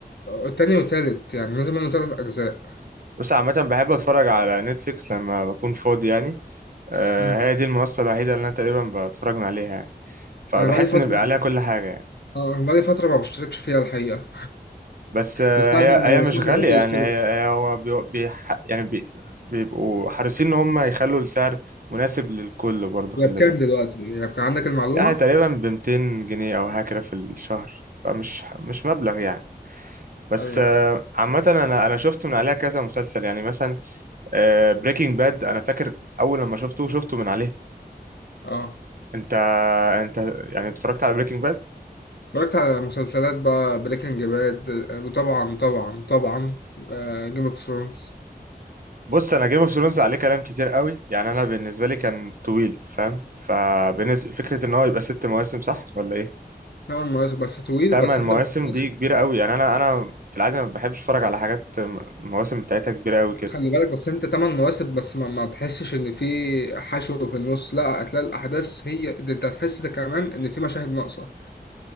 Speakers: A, on the left; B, on the right.
A: التاني والتالت يعني نزل منه تلات أجزاء
B: بس عامه بحب اتفرج على نتفليكس لما بكون فاضي يعني آه
A: مم.
B: هي دي المنصه الوحيده اللي انا تقريبا بتفرج من عليها يعني. فبحس
A: أنا بقالي فترة
B: ان بيبقى عليها كل حاجه يعني.
A: اه أنا بقالي فترة ما بشتركش فيها الحقيقة
B: بس آه،
A: من ساعة
B: هي
A: ما السوشيال
B: هي مش غالية
A: ميديا
B: يعني
A: اشترك
B: هي هي هو بي بي يعني بي بيبقوا حريصين إن هم يخلوا السعر مناسب للكل برضه خلي
A: هي بكام
B: بالك
A: دلوقتي؟ هي بكام عندك المعلومة؟
B: يعني تقريبا ب 200 جنيه أو هكذا في الشهر فمش مش مبلغ يعني بس
A: أيوه
B: آه،
A: أيوه
B: عامة أنا أنا شفت من عليها كذا مسلسل يعني مثلا بريكنج باد أنا فاكر أول لما شفته شفته من عليه
A: اه
B: أنت أنت يعني اتفرجت على بريكنج باد؟
A: اتفرجت على مسلسلات بقى بريكنج باد وطبعا طبعا طبعا جيم اوف ثرونز
B: بص انا جيم اوف ثرونز عليه كلام كتير قوي يعني انا بالنسبه لي كان طويل فاهم فبنز... فكره ان هو يبقى ست مواسم صح ولا ايه
A: ثمان مواسم بس طويل
B: تمن
A: بس
B: مواسم
A: انت بتخلصه
B: دي كبيره قوي يعني انا انا في العاده ما بحبش اتفرج على حاجات م- المواسم بتاعتها كبيره قوي كده
A: خلي بالك بس انت تمن مواسم بس ما, ما تحسش ان في حشو في النص لا هتلاقي الاحداث هي ده انت هتحس ده كمان ان في مشاهد ناقصة